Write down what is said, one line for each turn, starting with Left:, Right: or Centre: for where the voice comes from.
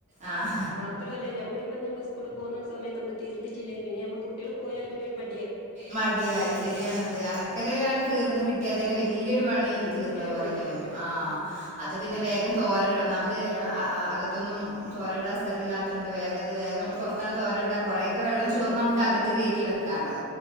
Right: ആഹ്
Left: മാത്രല്ല ഞമ്മളിപ്പഞ്ഞിപ്പോ സ്കൂള് പോവുന്ന സമയത് നമ്മള് തീർത്തിട്ടില്ലേ പിന്നെ നമ്മ കുട്ട്യാള് പോയാല് പിന്നൊരു മ
Right: മടിയായി ശരിയാണത്. അലക്കല് ആണ്ട് തീർന്ന് കിട്ടിയാ തന്നെ വ ല്യൊരുപണി
Left: വലിയൊരു
Right: തീർന്നപോലെ
Left: പണിയാ
Right: തോന്നും. ആഹ്
Left: ഉം.
Right: അത് പിന്നെ വേഗം തോരടും ഒന്നാമത് അ അ അകത്തൊന്നും തോരടാസ്ഥലല്യാതോണ്ട് വേഗത് വേഗം പൊർ ത്തണ് തോരട്ടാ കൊറെക്കെ വെള്ളം
Left: ആ
Right: ചോർന്നാ നമുക്ക് അകത്ത് കേറ്റി വെക്കാലോ.